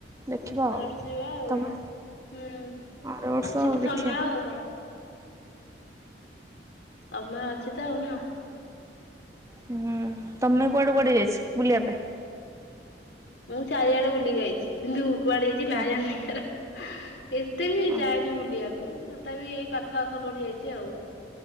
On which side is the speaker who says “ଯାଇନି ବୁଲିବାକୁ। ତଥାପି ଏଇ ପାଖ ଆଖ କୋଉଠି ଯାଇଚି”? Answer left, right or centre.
Left